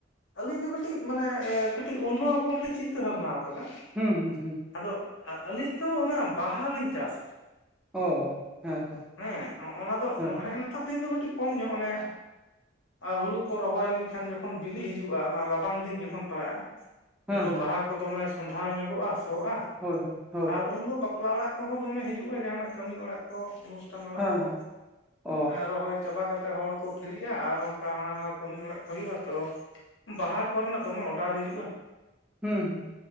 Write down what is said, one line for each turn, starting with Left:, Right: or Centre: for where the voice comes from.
Left: ᱟᱹᱞᱤᱧ ᱫᱚ ᱠᱟᱹᱴᱤᱜ ᱢᱟᱱᱮ ᱠᱟᱹᱴᱤᱜ ᱚᱱᱱᱚ ᱨᱚᱠᱚᱢ ᱞᱤᱧ ᱪᱤᱱᱛᱟᱹ ᱵᱷᱟᱵᱱᱟᱣ ᱠᱟᱫᱟ᱾
Centre: ᱦᱩᱸ ᱦᱩᱸ ᱦᱩᱸ,
Left: ᱟᱫᱚ ᱟ ᱟᱹᱞᱤᱧ ᱫᱚ ᱚᱱᱟ ᱵᱟᱦᱟ ᱞᱤᱧ ᱪᱟᱥᱟ
Centre: ᱚ ᱚ ᱦᱮᱸ ᱛᱚ
Left: ᱦᱮᱸ ᱚᱱᱟ ᱫᱚ ᱚ
Centre: ᱦᱮᱸ
Left: ᱮ ᱚᱱᱮ ᱱᱮᱛᱟᱨ ᱫᱤᱱ ᱫᱚ ᱠᱟᱹᱴᱤᱜ ᱠᱚᱢ ᱧᱚᱜ ᱚᱱᱮ ᱟᱨ ᱦᱩᱲᱩ ᱠᱚ ᱨᱚᱦᱚᱭ ᱞᱮᱱᱠᱷᱟᱱ ᱡᱚᱠᱷᱚᱱ ᱵᱤᱞᱤ ᱦᱤᱡᱩᱜᱼᱟ ᱚᱱᱟ ᱨᱟᱵᱟᱝ ᱫᱤᱱ ᱡᱚᱠᱷᱚᱱ ᱯᱟᱲᱟᱜᱼᱟ
Centre: ᱦᱮᱸ
Left: ᱩᱱ ᱫᱚ
Centre: ᱦᱮᱸ
Left: ᱵᱟᱦᱟ ᱠᱚ ᱫᱚᱢᱮ ᱥᱚᱸᱫᱷᱟᱲ ᱧᱚᱜᱚᱜᱼᱟ ᱥᱚᱜᱼᱟ
Centre: ᱦᱳᱭ ᱦᱳᱭ ᱦᱳᱭ
Left: ᱟᱨ ᱩᱱ ᱫᱚ ᱵᱟᱠ ᱵᱟᱯᱞᱟ ᱚᱲᱟᱜ ᱠᱚᱦᱚᱸ ᱫᱚᱢᱮ ᱦᱤᱡᱩᱜᱼᱟ ᱡᱟᱦᱟᱸᱱᱟᱜ ᱠᱟᱹᱢᱤ ᱚᱲᱟᱜ ᱠᱚ ᱚᱱᱩᱥ ᱴᱟᱱ ᱚᱲᱟᱜ
Centre: ᱦᱮᱸ
Left: ᱠᱚ
Centre: ᱦᱮᱸ ᱚ
Left: ᱨᱚᱦᱚᱭ ᱪᱟᱵᱟ ᱠᱟᱛᱮᱜ ᱦᱚᱲ ᱠᱚ ᱯᱷᱤᱨᱤᱜᱼᱟ ᱟᱨ ᱚᱝᱠᱟ ᱦᱟᱱᱟ ᱱᱚᱣᱟ, ᱠᱟᱹᱢᱤ ᱚᱲᱟᱜ ᱠᱚ ᱦᱩᱭᱩᱜᱼᱟ ᱛᱚ ᱵᱟᱦᱟ ᱠᱚᱨᱮᱱᱟᱜ ᱫᱚᱢᱮ ᱚᱰᱟᱨ ᱦᱤᱡᱩᱜᱼᱟ᱾
Centre: ᱦᱩᱸ ᱦᱩᱸ